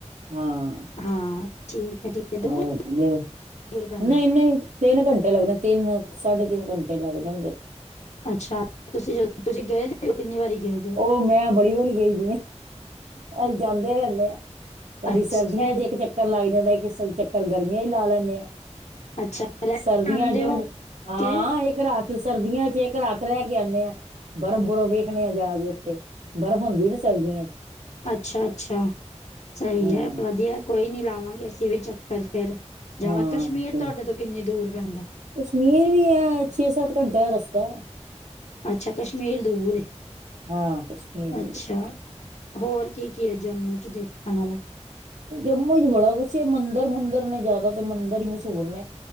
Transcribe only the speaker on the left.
ਹਾਂ ਠੀਕ ਹੈ ਠੀਕ ਹੈ ਦੂਰ
ਦੂਰ ਪੈਂਦਾ
ਅੱਛਾ ਤੁਸੀਂ ਜਦੋਂ ਤੁਸੀਂ ਗਏ ਰਿਹਾ ਹੋ ਕਿੰਨੀ ਵਾਰੀ ਗਏ ਦੇ ਹੋ?
ਅੱਛਾ,
ਅੱਛਾ
ਆਂਦੇ
ਹੋ
ਕੇ
ਅੱਛਾ ਅੱਛਾ ਸਹੀ
ਹੈ ਵਧੀਆ ਕੋਈ ਨੀ ਲਾਵਾਂਗੇ ਅਸੀਂ ਵੀ ਚੱਕਰ ਫੇਰ ਜਾਵਾਂ
ਕਸ਼ਮੀਰ
ਤੁਹਾਡੇ ਤੋਂ ਕਿੰਨੀ ਦੂਰ ਪੈਂਦਾ।
ਅੱਛਾ ਕਸ਼ਮੀਰ ਦੂਰ ਏ
ਅੱਛਾ। ਹੋਰ ਕੀ ਕੀ ਹੈ ਜੰਮੂ ਚ ਦੇਖਣ ਵਾਲਾ?